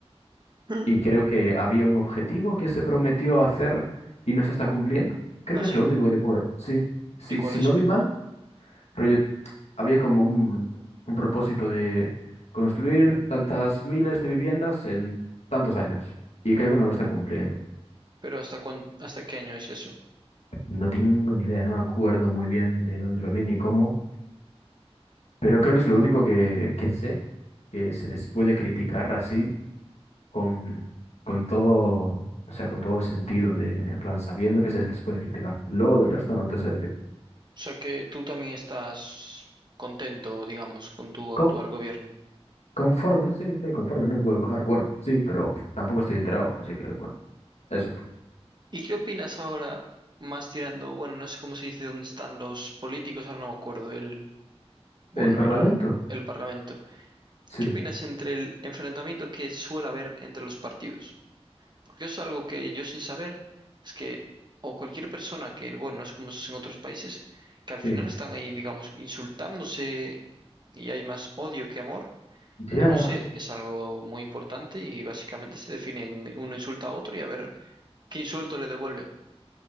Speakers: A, on the right; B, on the left.
A: Mm.
B: Y creo que había un objetivo que se prometió hacer y no se está cumpliendo. Creo
A: Ah,
B: que
A: sí.
B: es lo único que te puedo... Sí, sí,
A: ¿Y cuál
B: si
A: es?
B: no vi mal, rollo, había como un, un propósito de construir tantas miles de viviendas en tantos años. Y creo que no lo están cumpliendo.
A: Pero ¿hasta cuán, hasta qué año es eso? O
B: No tengo ni idea, no me acuerdo muy bien de dónde lo vi ni cómo, pero creo que es lo único que, que sé que se les puede criticar así con, con todo, o sea, con todo el sentido de, en plan, sabiendo que se les puede criticar. Luego del resto no te sé decir.
A: sea que tú también estás contento, digamos, con tu actual
B: Co-
A: gobierno.
B: conforme, sí, estoy conforme, no puedo coger. Bueno, sí, pero tampoco estoy enterado, así que bueno, eso.
A: ¿Y qué opinas ahora más tirando, bueno, no sé cómo se dice dónde están los políticos, ahora no me acuerdo, el, bueno,
B: El Parlamento,
A: el, el Parlamento.
B: sí,
A: ¿Qué opinas entre el enfrentamiento que suele haber entre los partidos? Porque eso es algo que yo sin saber es que, o cualquier persona que, bueno, no sé cómo es en otros países, que al final
B: sí.
A: están ahí, digamos, insultándose y hay más odio que amor.
B: Ya
A: Y no sé, es algo muy importante y básicamente se definen, uno insulta a otro y a ver qué insulto le devuelve.